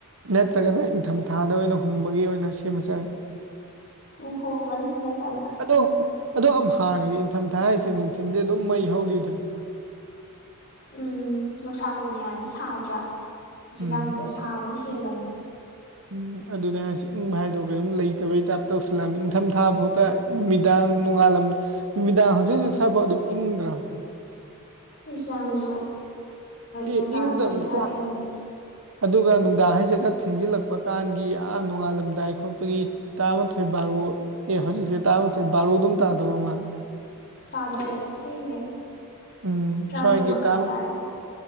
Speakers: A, on the right; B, on the left.
A: ꯅꯠꯇ꯭ꯔꯒꯅ ꯏꯪꯊꯝꯊꯥꯗ ꯑꯣꯏꯅ ꯍꯨꯝꯕꯒꯤ ꯑꯣꯏꯅ ꯁꯦꯝꯃꯁꯨ ꯌꯥꯏ
B: ꯎꯝ ꯍꯨꯝꯃꯥꯅꯤ ꯅꯪꯅꯥ ꯑꯣꯏꯅ
A: ꯑꯗꯣ ꯑꯗꯣ ꯑꯃꯍꯥꯅꯤꯅꯦ ꯏꯪꯊꯝꯊꯥ ꯍꯥꯏꯁꯦ ꯅꯨꯡꯊꯤꯟꯗꯤ ꯑꯗꯨꯝ ꯃꯩ ꯍꯧꯔꯤꯗꯨꯅꯤ
B: ꯎꯝ ꯅꯨꯡꯁꯥ ꯀꯨꯏꯅꯤ ꯌꯥꯗꯤ ꯁꯥꯗ꯭ꯔꯥ ꯍꯧꯖꯤꯛꯀꯥꯟꯁꯦ
A: ꯎꯝ
B: ꯁꯥꯕꯅ ꯍꯦꯜꯂꯕꯅꯦ
A: ꯎꯝ ꯑꯗꯨꯅꯦ ꯍꯥꯏꯁꯦ ꯏꯪꯕꯍꯥꯏꯗꯣ ꯀꯩꯝ ꯂꯩꯇꯕꯩ ꯇꯥꯏꯞ ꯇꯧꯁꯤꯜꯂꯛꯑꯕꯅꯤ ꯏꯪꯊꯝ ꯊꯥ ꯐꯥꯎꯗ ꯅꯨꯃꯤꯗꯥꯡ ꯅꯣꯡꯉꯥꯜꯂꯝ ꯅꯨꯃꯤꯗꯥꯡ ꯍꯧꯖꯤꯛ ꯍꯧꯖꯤꯛ ꯁꯥꯄꯠ ꯑꯗꯨꯝ ꯏꯪꯗ꯭ꯔꯕ
B: ꯏꯁ ꯅꯪꯁꯨ
A: ꯑꯦ
B: ꯅꯨꯡꯗꯥꯡꯗꯤ
A: ꯏꯪꯗꯕꯅꯤ
B: ꯈꯔ ꯏꯪꯕ
A: ꯑꯗꯨꯒ ꯅꯨꯡꯗꯥꯡ ꯍꯥꯏꯁꯦ ꯈꯔ ꯊꯦꯡꯖꯤꯜꯂꯛꯄ ꯀꯥꯟꯒꯤ ꯑꯥ ꯅꯣꯡꯉꯥꯜꯂꯝꯗꯥꯏ ꯈꯣꯠꯄꯒꯤ ꯇꯔꯥꯃꯥꯊꯣꯏ ꯕꯥꯔꯣ ꯑꯦ ꯍꯧꯖꯤꯛꯁꯦ ꯇꯔꯥꯃꯥꯊꯣꯏ ꯕꯥꯔꯣꯗꯨꯝ ꯇꯥꯗꯧꯔ ꯃꯥꯜꯂꯦ
B: ꯇꯥꯗꯣꯔꯦ ꯊꯦꯡꯉꯦ
A: ꯎꯝ
B: ꯇꯔꯥꯃꯥꯊꯣꯏ
A: ꯁ꯭ꯋꯥꯏꯒꯤ
B: ꯃꯈꯥꯏ
A: ꯇꯥꯎ
B: ꯇꯥꯔꯦ